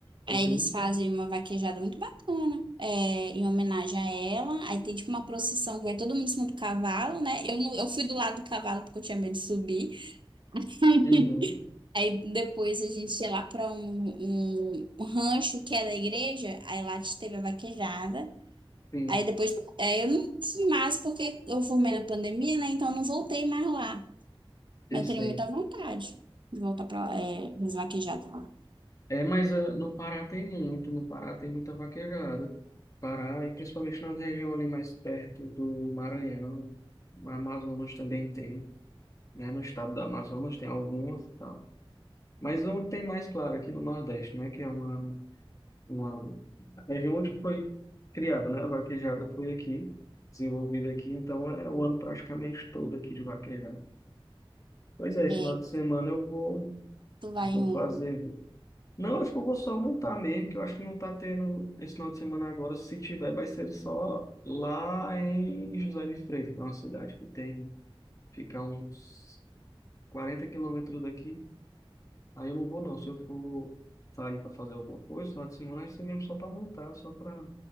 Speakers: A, on the left (about 35°); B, on the right (about 55°).
A: Uhum,
B: Aí eles fazem uma vaquejada muito bacana, é, em homenagem a ela. Aí tem tipo uma procissão que vai todo mundo em cima do cavalo, né? Eu, não- eu fui do lado do cavalo porque eu tinha medo de subir. <laughs>
A: uhum,
B: Aí depois a gente ia lá para um, um, um rancho que é da igreja, aí lá a gente teve a vaquejada.
A: sim,
B: Aí depois, é, eu não fui mais porque eu formei na pandemia, né? Então eu não voltei mais lá.
A: eu
B: Mas
A: sei.
B: eu teria muita vontade de voltar pra é, nas vaquejadas lá.
A: É, mas ah, no Pará tem muito, no Pará tem muita vaquejada. Pará, e principalmente na região ali mais perto do Maranhão, no Amazonas também tem, né? No estado do Amazonas tem algumas e tal. Mas onde tem mais, claro, aqui no Nordeste, né? Que é uma, uma a região onde foi criada, né? A vaquejada foi aqui, desenvolvida aqui, então é o ano praticamente todo aqui de vaquejada. Pois é, esse
B: É,
A: final de semana eu vou,
B: tu vai
A: vou
B: em uma.
A: fazer. Não, acho que eu vou só montar mesmo, que eu acho que não tá tendo esse final de semana agora. Se tiver, vai ser só lá em José de Freitas, que é uma cidade que tem, fica uns 40 quilômetros daqui. Aí eu não vou não. Se eu for sair para fazer alguma coisa, final de semana vai ser mesmo só para montar, só para